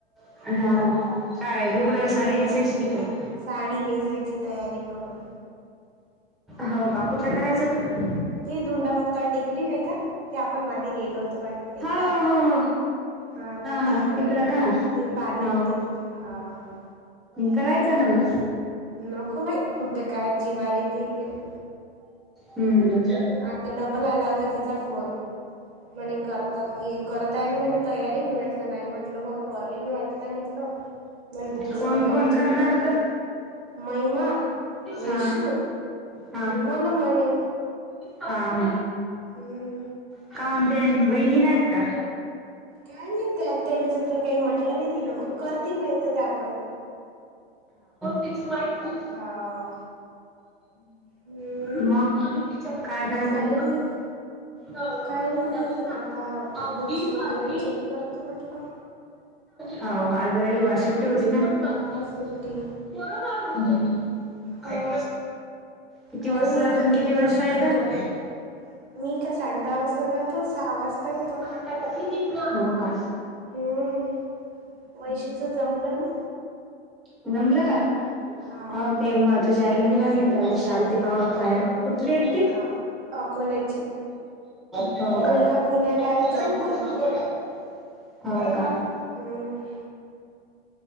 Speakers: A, in the centre; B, on the right.
A: हा काय दढुगड्या
B: हम्म
A: साडी नेसायची होती का काय?
B: साडी नेसायची तयारी करून
A: हो का कुठं करायचं होता.
B: ते दोंडा फाक्त टेकडी नाही का ते आपण मागे गेलो होतो बा एकदा
A: हो हो हो
B: हा त्या टेकडीवर
A: हा तिकडं का
B: ते पाणी
A: हो
B: होतं तिथं हा हा.
A: करायचं ना मग
B: ना खूप आहे खुटं काय जीवार य ते वैरे
A: हम्म.
B: हम् आता डबल आला आता तिचा फोन म्हणे करतात करत आहे ना म्हणे तयारी मी म्हटलं नाही म्हटलं मला बरं नाही वाटत. आहे म्हटलं मला बुक्स
A: कोण
B: वगैरे
A: कोण
B: चेक
A: करणार
B: करायच्या
A: होता.
B: महिमा वैशू
A: हा हा.
B: आणि मला म्हणे
A: हा
B: हम्म
A: काय म्हणते वैन नाहीत का?
B: काय मी त्या त्यांच तर काही म्हटलं नाही ति ना म करतील नाही तर त्या पण
A: तिच वाईट हा.
B: हा. हम्म
A: मग काय कराय
B: काही
A: जाती.
B: नाही
A: हो
B: काही
A: हो दड
B: नाही
A: ब
B: आता
A: आी
B: बुक्स
A: माझी
B: वगैरे चेक करतो म्हटलं.
A: हो आज रविवार सुट्टी होती ना.
B: हा
A: कोरो
B: सुट्टी
A: का करड.
B: हा
A: ऐक किती
B: काही
A: वाजता
B: नाही
A: जात
B: झालं
A: किती वाजता
B: वैशूच
A: य
B: जम मी का साडे दहा वाजता जातो सहा वाजता येतो.
A: हो का?
B: हम्म वैशूच जमलं ना
A: जमलं का
B: हा
A: हो ते म तुझी आई म्हणू लागली त्या दिवशी. आलते पाऊून
B: हा
A: पहायाला, कुठली आहेत ती?
B: हा अकोल्याचे
A: हो
B: मुलगा पुण्याला आहे जॉब
A: का!
B: करते.
A: हाव का?
B: हम्म